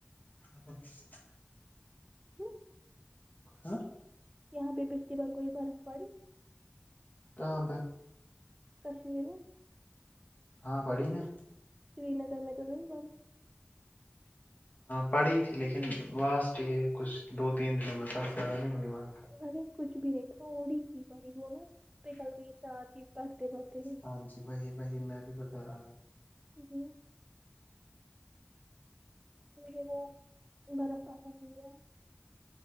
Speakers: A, on the left; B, on the right.
A: ہچ
B: ہوں؟
A: ہاں
B: یہاں بھی پچھلی بار کوئی برف پڑی
A: کہاپبہ
B: کشمیر
A: ہاں پڑی نا
B: سری نگر میں تو نہیںئی بن
A: پڑھی تھی لیکن لاسٹ یہ کچھ دو تین دنوں میں باس زیادہ نہیں ہوئی مگر
B: ارے کچھ بھی نہیں تھاوڑی سی پی ہوناا پ کل کے ساتھ ہی پڑھتے پڑھتے
A: ہاں جی وہی وہی میں بھی بتا رہا تھا
B: جی ے وہ برف کا سا چاہیے